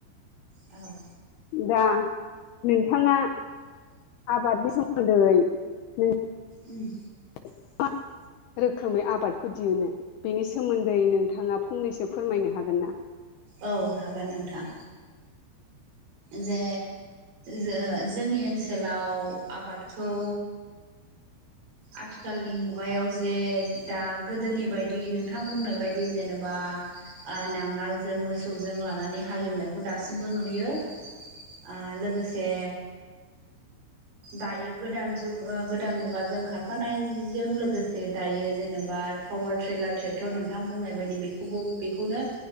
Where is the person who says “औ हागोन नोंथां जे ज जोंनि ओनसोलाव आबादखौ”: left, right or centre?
Right